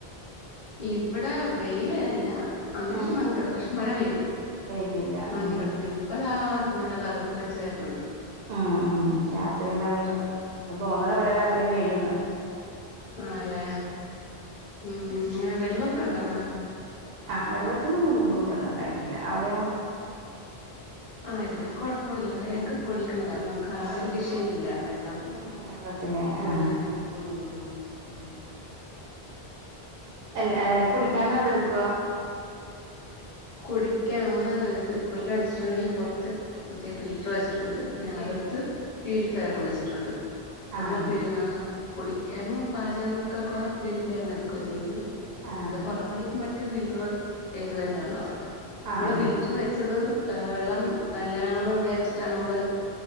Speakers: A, on the left; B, on the right.
A: ഇവിടെ വെയില അല്ല അന്തരീക്ഷം
B: ഉം
A: മങ്ങിക്കിടക്ക പക്ഷെ മഴ പെയ്തില്ല
B: പെയ്തില്ല
A: മങ്ങിക്കിടക്ക
B: ഉം
A: ഇപ്പതാ നല്ല കറു വച്ച് വര്ണൊന്ന്
B: ഉം ഉം യാത്രി ഉണ്ടാവരിക്കും തോന്നണെ ഇവിടെ രാത്രിയും പെയ്യുന്ന്
A: ആണെല്ലേ ഉംങ്ങ വെള്ളമൊക്കെ ഉണ്ടോ അവിടെ?
B: ആഹ് വെള്ളത്തിനൊന്നും ബുദ്ധിമുട്ടൊന്നും ഉണ്ടായിട്ടില്ല അവടെയോ?
A: ആഹ് ഇവിടെ കൊഴപ്പില്ല ഇവിടെ ഞങ്ങ്ക്ക് കുഴൽക്കിണറാ അപ്പൊ നമുക്ക് ആ ഒരു വിഷയില്ല വെള്ളം
B: ഉം വെള്ളത്തിന്
A: കുഴൽ
B: ആഹ്
A: കിണറ് ഉം
B: ആഹ് അല്ല ഏഹ് കുടിക്കാനോ അതെടുക്കുവാ
A: കുടിക്കാൻ നമ്മള് ഇത് കുടിക്കാൻ അടിച്ചിട്ടുണ്ടെങ്കിലും പൊറത്ത് മറ്റേ ഫിൽറ്ററ് വെച്ചിട്ടുണ്ട്. പിന്നെ
B: ഫിൽറ്റർ
A: അകത്ത് പ്യൂരിഫയറും വെച്ചിട്ടുണ്ട് നമ്മളെ
B: ആഹ്
A: <unintelligible> കുടിക്കാനും പാചകങ്ങക്കൊക്കെ പ്യൂരിഫയർന്ന് എടുക്കുവാ ചെയ്യുന്നത്.
B: ആഹ്
A: അഹ് പൊറമ്പണിക്ക് മ മറ്റ ഫിൽറ്ററ് ചെയ്ത് വരുന്ന വെള്ളവാ. നമ്മള്
B: ആഹ്
A: ഫിൽറ്ററ് വെച്ചത് ഏഹ് വെള്ളം നല്ലയാണെന്ന് വിചാരിച്ചിട്ടാ നമ്മള്